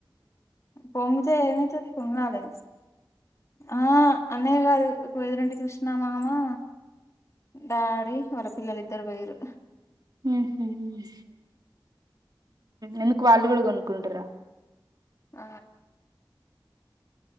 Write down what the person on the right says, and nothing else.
హ్మ్మ్ ఎందుకు వాళ్ళు కూడా కొనుకుంటరా